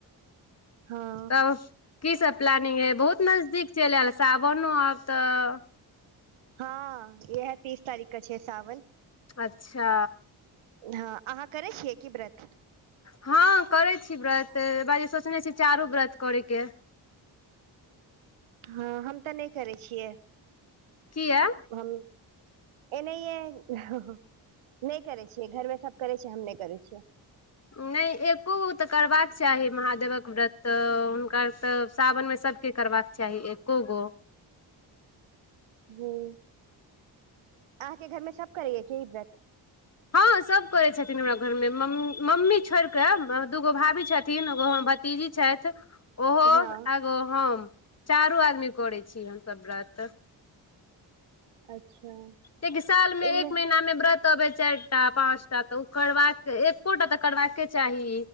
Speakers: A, on the right (about 75°); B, on the left (about 30°).
A: हँ
B: तब की सब प्लानिंग हइ बहुत नजदीक चलि आयल सावनो आब तऽ
A: हँ इह तीस तारीख के छै साावन
B: अच्छा
A: हँ अहाँ करै छियै की व्रत
B: हँ करै छी व्रत बाज सोचने छी चारू व्रत करै के
A: हँ हम तऽ नहि करै छियै
B: किया
A: हम एनाहि नहि करै छियै घरमे सब करै छिय हम नहि करै छियै
B: नहि एको तऽ करबाक चाही महादेवक व्रत हुनका तऽ सावनमे सभ के करबाक चाही एको गो
A: हुँ अहाँके घरमे सब करैय क ई व्रत
B: हँ सब करै छथिन हमरा घर मे मम्मी छोड़ कऽ दूगो भाभी छथिन एगो हमर भतीजी छथि ओहो
A: हँ
B: आगो हम चारू आदमी करै छी हमसभ व्रत
A: अच्छा
B: देखि सालमे
A: एहिमे
B: एक महिनामे व्रत तबे चारि टा पाँच टा तऽ ओ करबाक एकोटा तऽ करबाके चाही